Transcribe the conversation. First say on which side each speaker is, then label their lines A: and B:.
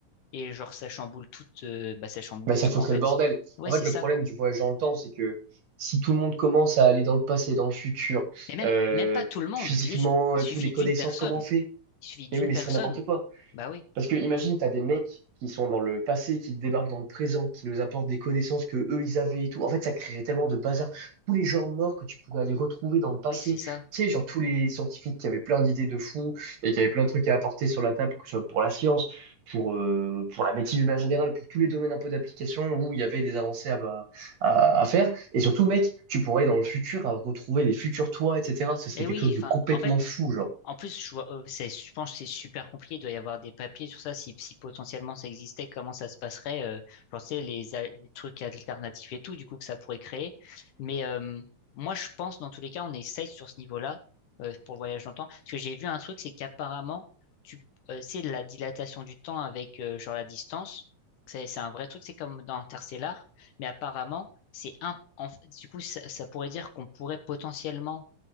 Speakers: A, on the left (about 70°); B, on the right (about 55°).
A: et genre, ça chamboule tout, euh, bah, ça chamboule
B: Mais ça
A: tout,
B: foutrait
A: en fait.
B: le bordel.
A: Ouais,
B: En
A: c'est
B: fait, le
A: ça.
B: problème du voyage dans le temps, c'est que si tout le monde commence à aller dans le passé, dans le futur,
A: Et même,
B: euh,
A: même pas tout le monde.
B: physiquement,
A: Juste, il
B: euh,
A: suffit
B: tout, les
A: d'une
B: connaissances,
A: personne.
B: comment on fait?
A: Il suffit d'une
B: Mais oui, mais
A: personne.
B: c'est n'importe quoi.
A: Bah oui,
B: Parce que imagine, t'as des mecs qui sont dans le passé, qui débarquent dans le présent, qui nous apportent des connaissances que eux ils avaient et tout. En fait, ça créerait tellement de bazar. Tous les gens morts que tu pourrais aller retrouver dans le passé.
A: oui, c'est ça.
B: Tu sais, genre tous les scientifiques qui avaient plein d'idées de fous et qui avaient plein de trucs à apporter sur la table, que ce soit pour la science, pour, euh, pour la médecine de manière générale, pour tous les domaines un peu d'application où il y avait des avancées à, bah, à, à faire. Et surtout, mec, tu pourrais dans le futur euh, retrouver les futurs toi, etc. Ce serait
A: Mais
B: quelque
A: oui,
B: chose de
A: enfin,
B: complètement
A: en fait,
B: fou, genre.
A: En plus, je vois, euh, c'est- je pense que c'est super compliqué. Il doit y avoir des papiers sur ça. Si, si potentiellement ça existait, comment ça se passerait? Euh, genre, tu sais, les, al- les trucs alternatifs et tout, du coup, que ça pourrait créer. Mais euh, moi, je pense, dans tous les cas, on est safe sur ce niveau-là euh, pour le voyage dans le temps. Parce que j'ai vu un truc, c'est qu'apparemment, tu, euh, c'est la dilatation du temps avec euh, genre la distance. C'est c'est un vrai truc, c'est comme dans Interstellar. Mais apparemment, c'est un. en- du coup, ça, ça pourrait dire qu'on pourrait potentiellement